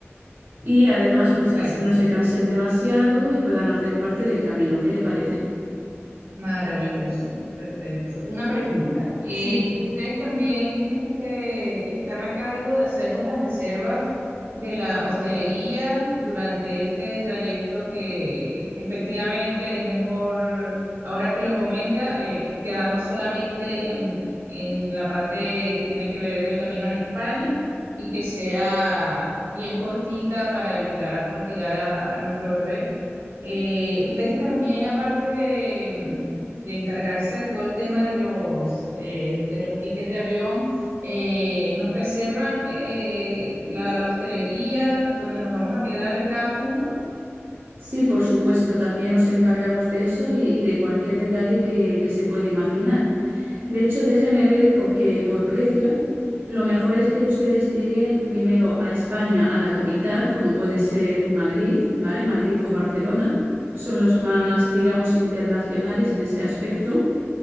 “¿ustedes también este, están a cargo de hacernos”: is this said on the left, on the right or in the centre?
Right